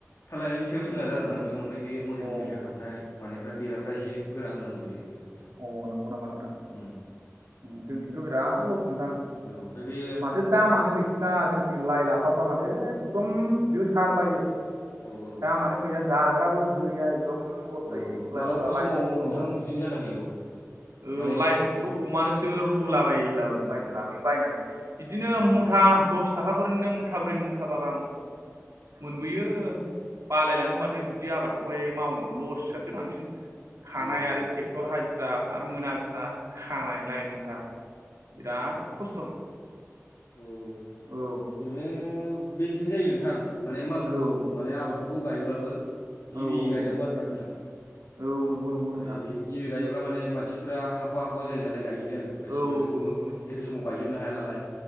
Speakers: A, on the left; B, on the right.
A: थाल्लानायनि सा सायाव सोनारो
B: अ
A: आरोना नोंथां ओमफाय बे मोसौ
B: अ
A: मैसो हाबनाय मानायफ्रा बेराफ्रा एसे गोरा होनांगौ जायो आरोना नोंथां।
B: अ नंगौ नामा नोंथां।
A: उम
B: उम्म जोंथिंथ' बिराद लस नोंथां
A: औ ओमफ्राय बे
B: माथो दामानो गै थ्रा जोंनिथिं लाइ लाफाफ्रा माथो एकदम जोसारलायो
A: औ औ
B: दामानो गैया जाग्राबो गैया एकदम लस जायो
A: औ
B: एखमब्ला
A: मालाबा
B: एखमब्ला लाइफोरखौथ'
A: समाव नोंथां बिदिनो जाना होयो औ
B: औ
A: माने
B: लाइफोरखौथ' अमानोसो रुलाबायला
A: औ
B: बायनो लाबोयो बायनानै बिदिनो
A: औ
B: मु मुथा दसथाखाफोरनिनो मुथाब्रै मुथाबा गाहाम मोनबोयो बालायलाङो माथो बिदि आबादखौहाय मावनो लस आसो बांसिन खानाय
A: औ
B: आरो थेख थर हाजिरा आरो मोना गुना खानाय लाइ मुथा
A: औ
B: बिराद खस्थ'
A: औ औ
B: औ
A: ओरैनो बिदिनो जायो नोंथां माने मालफोरखौ
B: औ
A: माने आबादफोरखौ गायोबाबो गिबि
B: औ
A: गायनांगौ
B: औ
A: आरोना नोंथां
B: औ नंगौ नंगौ
A: ओमफाय
B: नोंथां
A: बे गिबि गायोब्ला माने मानसिफोरा हाख'वा हाख'वा जाहैयो नालाय गायहैनो गासिबोथ'
B: औ औ नंगौ नंगौ नोंथां
A: एखे समाव गायजोबनो हाया नालाय।